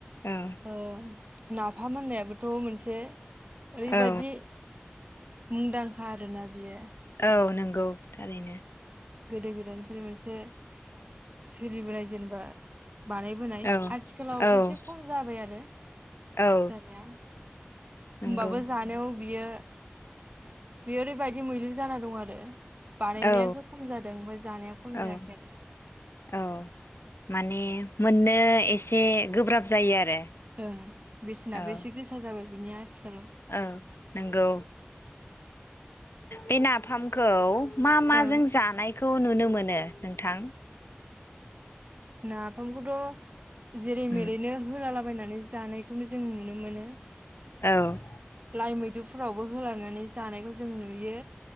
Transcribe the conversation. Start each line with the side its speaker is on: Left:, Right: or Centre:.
Left: औ
Right: औ नाफाम होननायाबोथ' मोनसे ओरैबायदि
Left: औ
Right: मुंदांखा आरोना बियो
Left: औ नंगौ थारैनो
Right: गोदो गोदायनिफ्रायनि मोनसे सोलिबोनाय जेनेबा बानायबोनाय
Left: औ
Right: आथिखालाव
Left: औ
Right: एसे खम जाबाय आरो
Left: औ
Right: जानाया
Left: नंगौ
Right: होमबाबो जानायाव बियो बे ओरैबायदि मैलु जाना दं आरो बानायनायासो
Left: औ
Right: खम जादों ओमफ्राय जानाया खम
Left: औ
Right: जायाखै आरो
Left: औ माने मोननो एसे गोब्राब जायो आरो
Right: ओं बिसिना
Left: औ
Right: बेसेना इसे गोसा जाबाय बिनिया आथिखालाव
Left: औ नंगौ बे नाफामखौ मा माजों
Right: ओं
Left: जानायखौ नुनो मोन नो नोंथां
Right: नाफामखौथ' जेरै
Left: उम
Right: मेरैनो होलाला थाबायनानै जानायखौनो जों नुनो मोनो।
Left: औ
Right: लाइ मैद्रुफोरावबो होलानानै जानायखौ जों नुयो